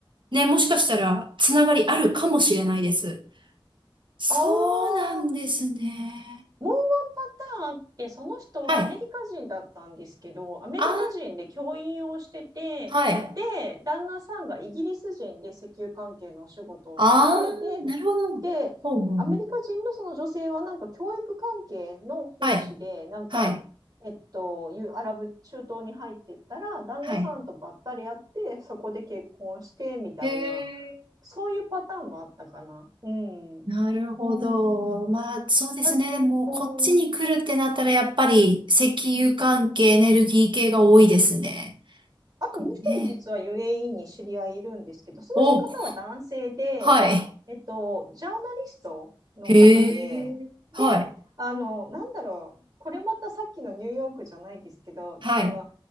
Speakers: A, on the right; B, on the right.
A: ね、もしかしたら、つながりあるかもしれないです。そうなんですね。
B: ああ。もうワンパターンあって、その人はアメリカ人だったんですけど、
A: はい。
B: アメリカ人で教員をしてて、
A: ああ、はい。
B: で、旦那さんがイギリス人で石油関係のお仕事をしてて、
A: ああ、
B: で、
A: なるほど。
B: で、
A: ほうほうほう。
B: アメリカ人のその女性はなんか教育関係の奉仕で、
A: はい。
B: なんか、
A: はい。
B: えっと、いうアラブ中東に入ってったら、旦那さんとばったり会って、
A: はい。
B: そこで結婚してみたいな、
A: へえ、
B: そういうパターンもあったかな。うん。
A: なるほど。
B: うん。
A: まあ、そうですね。
B: あ、
A: でも、
B: ほー
A: こっちに来るってなったら、やっぱり、石油関係、エネルギー系が多いですね。
B: あともう一人実は
A: ね。
B: UAE に知り合いいるんですけど、その方は男性で、
A: お、はい。
B: えっと、ジャーナリストの方で、
A: へえ、はい。
B: で、あの、なんだろう、これまたさっきのニューヨークじゃないですけど、
A: はい。
B: この